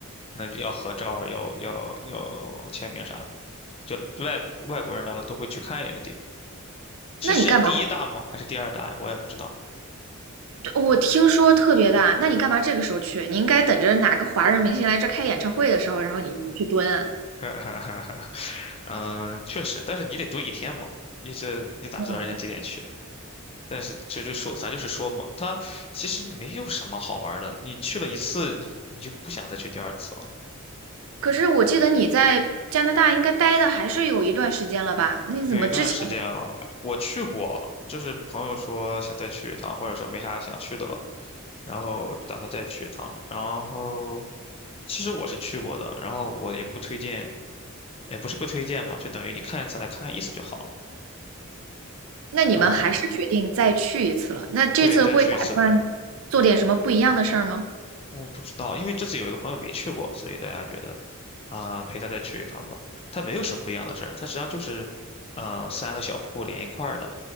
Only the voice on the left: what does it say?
还能要合照儿要要要签名啥的，就外外国人来了都会去看一眼的地方。是世界第一大吗？
还是第二大呀？我也不知道。
<laughs> 嗯，确实，但是你得蹲一天嘛，你这你咋知道人家几点去？
但是这就说，咱就是说嘛，它其实没有什么好玩儿的。你去了一次，你你就不想再去第二次了。
有一段时间了，我去过，就是朋友说想再去一趟，或者说没啥想去的了，然后打算再去一趟。然后，其实我是去过的，然后我也不推荐，也不是不推荐吧，就等于你看一次来看看意思就好了。
嗯，
对，再去一次的，我不知道，因为这次有一个朋友没去过，所以大家觉得，啊、陪他再去一趟吧。他没有什么不一样的事儿，它实际上就是，呃，三个小瀑布连一块儿的。